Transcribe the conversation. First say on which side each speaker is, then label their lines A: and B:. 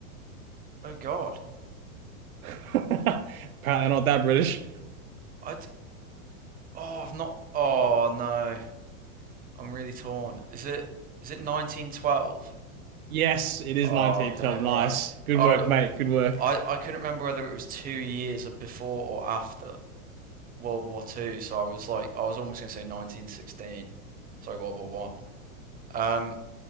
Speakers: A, on the right; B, on the right.
A: oh God.
B: <laughs> Apparently not that British.
A: I d- oh, I've not. Oh no, I'm really torn. Is it is it 1912?
B: Yes, it is
A: Oh,
B: 1912.
A: okay,
B: Nice.
A: all
B: Good
A: I
B: work,
A: I. I
B: mate. Good work.
A: w- I, I couldn't remember whether it was two years before or after. World War Two, so I was like, I was almost going to say 1916. Sorry, World War One. Um,